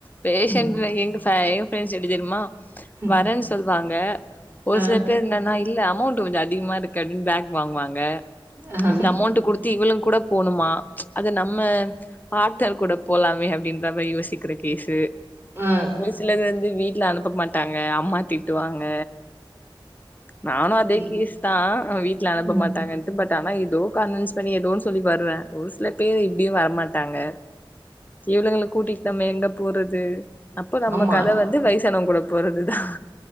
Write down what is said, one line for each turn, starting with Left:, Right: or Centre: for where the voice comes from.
Left: பேஷன்ட்
Right: ம்.
Left: எங்க பே ஃப்ரெண்ட்ஸ் எப்டி தெரியுமா
Right: ம்.
Left: வரன் சொல்வாங் ங்க ஒரு
Right: அ,
Left: சில பேர் என்னன்னா இல்ல அம் அமௌண்ட் கொஞ்சோ அதிகமாக இருக்கு அப்டினு பேக் வாங்குவாங்க
Right: அ,
Left: இந்த அமௌண்ட் குடுத்து இவளு கூட போணுமா அத நம்ம பாட்னர் கூட போலாமே அப்டின்ற மாரி யோசிக்ற கேஸு
Right: அ.
Left: ஒரு சிலது வந்து வ வீட்ல அனுப்ப மாட்டாங்க அம்மா திட்டுவாங்க நானு அதே
Right: இ
Left: கேஸ் தா வீட்ல அனுப்ப
Right: ம்.
Left: மாட்டாங்கன்ட்டு பட் டான ஏதோ கன்வின்ஸ் பண்ணி ஏதோன்னு சொல்லி வருவ ஒரு சில பேர் இப்டியு வரமாட்டாங்க இவுலங்கள கூட்டிட்டு நம்ம எங்க போறது அப்போ நம்ம
Right: ஆமா.
Left: கத வந்து வயசு <unintelligible> கூட போறதுதா